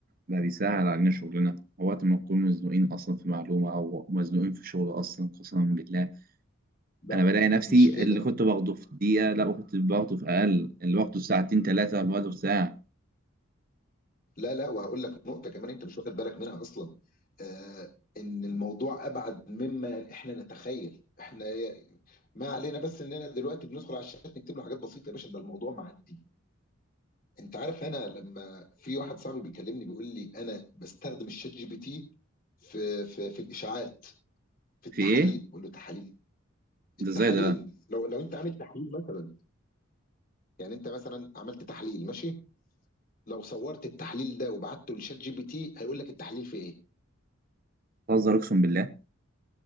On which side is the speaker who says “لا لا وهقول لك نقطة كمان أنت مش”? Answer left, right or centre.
Left